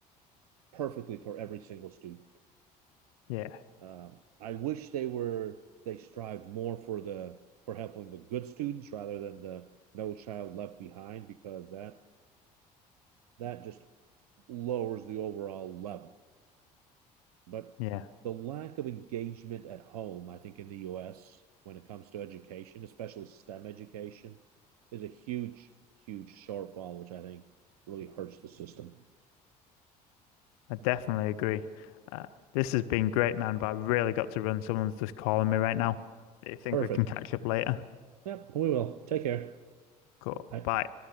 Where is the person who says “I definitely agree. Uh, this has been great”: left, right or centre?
Left